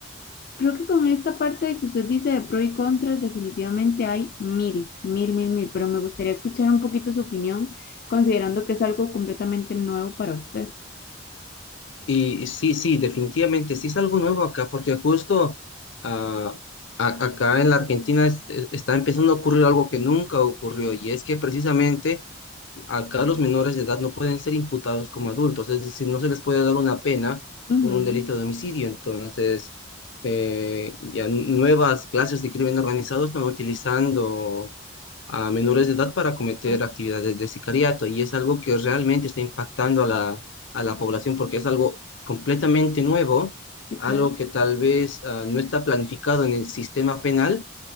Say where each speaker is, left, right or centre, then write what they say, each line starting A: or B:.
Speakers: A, on the left; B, on the left.
A: Creo que con esta parte de que usted dice de pros y contras, definitivamente hay mil, mil, mil, mil, pero me gustaría escuchar un poquito su opinión, considerando que es algo completamente nuevo para usted.
B: Y sí, sí, definitivamente, sí es algo nuevo acá, porque justo ah, a- acá en la Argentina es- es- está empezando a ocurrir algo que nunca ocurrió, y es que precisamente Acá los menores de edad no pueden ser imputados como adultos, es decir, no se les puede dar una pena
A: Ujú.
B: por un delito de homicidio. Entonces, eh, ya nuevas clases de crimen organizado están utilizando a menores de edad para cometer
A: Ah,
B: actividades de sicariato y es algo que realmente está impactando a la, a la población porque es algo completamente nuevo,
A: sí,
B: algo
A: claro.
B: que tal vez ah, no está planificado en el sistema penal